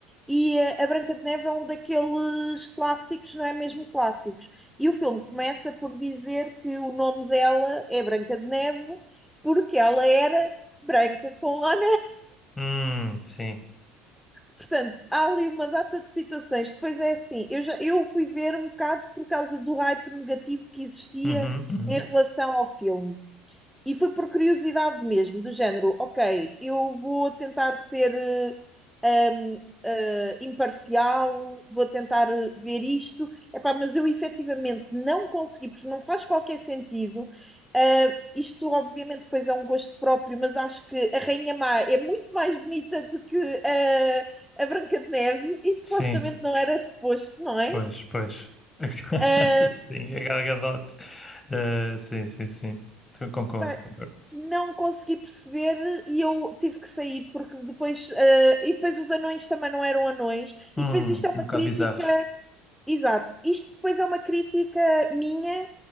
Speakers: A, in the centre; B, on the left.
A: e eh, a Branca de Neve é um daqueles clássicos, não é mesmo clássicos. E o filme começa por dizer que o nome dela é Branca de Neve, porque ela era branca com a
B: Hum, sim.
A: Portanto, há ali uma data de situações. Depois é assim, eu, já, eu fui ver um bocado por causa do hype negativo que existia
B: Uhum, uhum.
A: em relação ao filme. E foi por curiosidade mesmo, do género, ok, eu vou tentar ser eh, hum, eh, imparcial, vou tentar eh, ver isto, epá, mas eu efetivamente não consegui, porque não faz qualquer sentido. Eh, isto, obviamente, depois é um gosto próprio, mas acho que a Rainha Má é muito mais bonita do que eh, a Branca de Neve, e supostamente
B: Sim,
A: não era suposto, não é?
B: pois, pois. <laughs>
A: Eh,
B: Sim, a Gal Gadot. Ah, sim, sim, sim. Concordo,
A: pá,
B: concordo.
A: não consegui perceber e eu tive que sair porque depois eh, e depois os anões também não eram anões
B: Hum,
A: e depois isto é
B: um
A: uma
B: bocado
A: crítica
B: bizarros.
A: exato isto depois é uma crítica minha